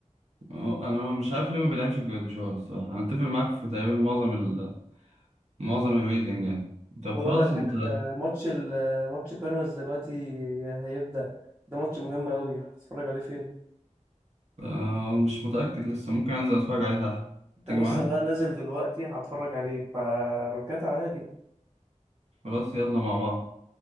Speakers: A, on the right; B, on the right.
A: هو أنا مش عارف ليه ما بيلعبش جراديشار الصراحة أنا أتفق معاك في تقريبا معظم ال... معظم الريتنج يعني طب
B: بقول
A: خلاص
B: لك
A: أنت
B: انت ماتش ال ماتش بيراميدز دلوقتي هيبدأ ده ماتش مهم قوي هتتفرج عليه فين؟
A: آه، مش متأكد لسه ممكن أنزل أتفرج عليه تحت
B: انت
A: تيجي
B: بص
A: معايا؟
B: انا نازل دلوقتي هتفرج عليه فركات عليا دي
A: خلاص يلا مع بعض